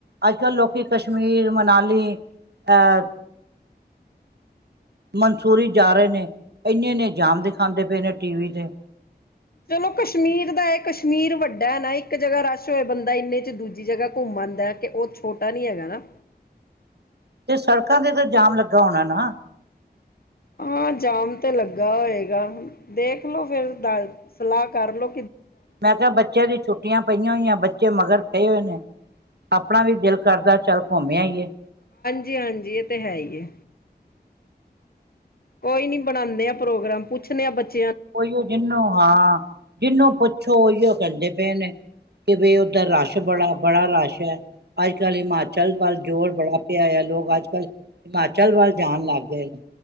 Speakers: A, on the right (about 75°); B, on the left (about 60°).
A: ਅੱਜ ਕੱਲ੍ਹ ਲੋਕ ਕਸ਼ਮੀਰ, ਮਨਾਲੀ ਆ। ਮਨਸੂਰੀ ਜਾ ਰਹੇ ਨੇ ਇੰਨੇ ਇੰਨੇ ਜਾਮ ਦਿਖਾਉਂਦੇ ਪਏ ਨੇ ਟੀ ਵੀ ਤੇ।
B: ਚਲੋ ਕਸ਼ਮੀਰ ਦਾ ਹੈ ਕਸ਼ਮੀਰ ਵੱਡਾ। ਵੱਡਾ ਹੈ ਨਾ ਇੱਕ ਜਗ੍ਹਾ ਰਸ਼ ਹੋਆ ਬੰਦਾ ਇੰਨੇ ਚ ਦੂਜੀ ਜਗ੍ਹਾ ਘੁੰਮਣ ਆਦਾ ਕਿ ਉਹ ਛੋਟਾ ਨੀ ਹੈਗਾ ਨਾ।
A: ਤੇ ਸੜਕਾਂ ਤੇ ਤਾਂ ਜਾਮ ਲੱਗਾ ਹੋਣਾ ਨਾ।
B: ਹਾਂ ਜਾਮ ਤੇ ਲੱਗਾ ਹੋਏਗਾ ਦੇਖਲੋ ਫਿਰ ਦੱਸ ਸਲਾਹ ਕਰਲੋ।
A: ਮੈਂ ਕਿਹਾ ਬੱਚਿਆਂ ਦੀ ਛੁੱਟੀਆਂ ਪਈਆਂ ਹੋਈਆਂ ਬੱਚੇ ਮਗਰ। ਪਏ ਹੋਏ ਨੇ। ਆਪਣਾ ਵੀ ਦਿਲ ਕਰਦਾ ਚੱਲ ਘੁੰਮ ਆਈਏ।
B: ਹਾਂਜੀ ਹਾਂਜੀ ਇਹ ਤੇ ਹੈ ਹੀ। ਕੋਈ ਨੀ ਬਣਾਉਂਦੇ ਆ ਪ੍ਰੋਗਰਾਮ ਪੁੱਛਣੇ ਆ ਬੱਚੇ।
A: ਉਹੀਓ ਜਿਹਨੂੰ ਹਾਂ ਜਿਹਨੂੰ ਪੁੱਛੋ ਉਹੀਓ ਕਹਿੰਦੇ ਪਏ ਨੇ। ਕਿ ਬਈ ਉੱਧਰ ਰਸ਼ ਬੜਾ ਬੜਾ ਰਸ਼ ਹੈ ਅੱਜ ਕੱਲ੍ਹ ਹਿਮਾਚਲ ਵੱਲ ਜੋਰ ਬੜਾ ਪਿਆ ਹੈ ਲੋਕ ਅੱਜ ਕੱਲ ਹਿਮਾਚਲ ਵੱਲ ਜਾਣ ਲੱਗ ਗਏ ਨੇ।